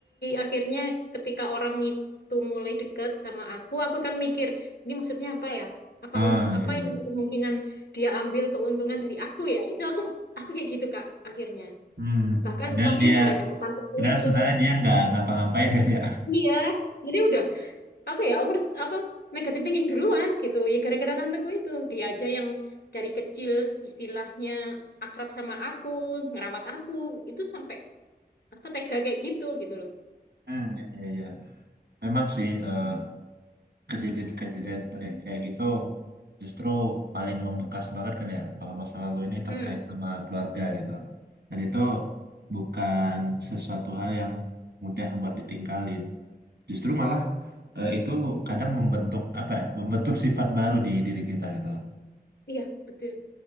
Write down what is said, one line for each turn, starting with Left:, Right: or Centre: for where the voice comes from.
Left: akhirnya ketika orang itu mulai dekat sama aku, aku akan mikir, ini maksudnya apa ya? Apa
Right: Ah,
Left: un-
Right: iya
Left: apa
Right: iya.
Left: yang kemungkinan dia ambil keuntungan dari aku ya? Itu aku aku kayak gitu, Kak, akhirnya.
Right: Hmm,
Left: Bahkan
Right: padahal
Left: soalnya
Right: dia,
Left: gara-gara tanteku
Right: padahal
Left: itu.
Right: sebenarnya dia nggak ngapa-ngapain kan ya.
Left: Iya. Jadi udah apa ya over apa negative thinking duluan gitu ya gara-gara tanteku itu dia aja yang dari kecil istilahnya akrab sama aku ngerawat aku itu sampai apa tega kayak gitu gitu loh
Right: Hmm, iya iya. iya. Memang sih eh, kejadian-kejadian kayak kayak gitu justru paling membekas banget kan ya kalau masa lalu ini terkait
Left: hmm
Right: sama keluarga gitu dan itu bukan sesuatu hal yang mudah buat ditinggalin justru malah eh, itu kadang membentuk apa ya membentuk sifat baru di diri kita gitu loh
Left: iya betul